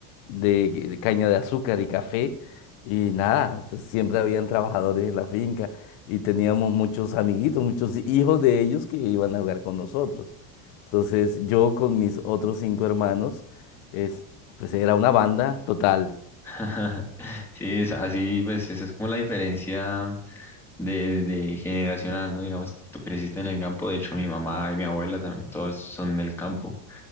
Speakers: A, on the left; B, in the centre.
A: de, de caña de azúcar y café. Y nada, pues siempre habían trabajadores en la finca y teníamos muchos amiguitos, muchos hijos de ellos que iban a jugar con nosotros. Entonces yo con mis otros cinco hermanos, es, pues era una banda total.
B: <laughs> Sí, es así pues esa es como la diferencia de, de generacional, ¿no? Digamos, tú creciste en el campo, de hecho mi mamá y mi abuela también, todos son del campo.